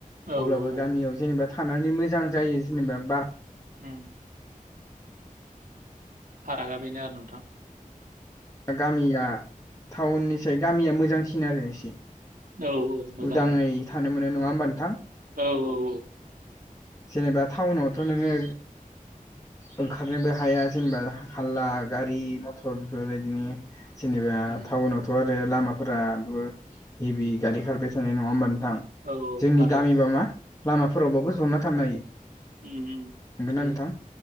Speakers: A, on the right (about 75°); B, on the left (about 20°).
A: औ
B: अब्लाबो
A: औ औ
B: गामियाव जेनेबा थानानै मोजां जायो जेनेबा बा
A: उम। फारागा बेनो आरो नोंथां।
B: दा गामिया टाउननिसाय गामिया मोजांसिन आरो एसे।
A: औ मोजां
B: उदाङै
A: नोंथां
B: थानो मोनो नङा होमबा नोंथां।
A: औ औ औ।
B: जेनेबा टाउनावथ' नोङो ओंखारनोबो हाया जेनेबा हाल्ला गारि मथर बेफोरबायदिनो जेनेबा
A: उम
B: टाउनावथ' आरो लामाफोराबो हेभि गारि खारबाय थानाय नङा होमबा नोंथां
A: औ औ
B: जोंनि
A: खारो
B: गामिबा
A: नोंथां
B: मा लामाफोरावबाबो ज'ना थांनो हायो।
A: हुम हुम
B: नंगौना
A: हायो।
B: नोंथां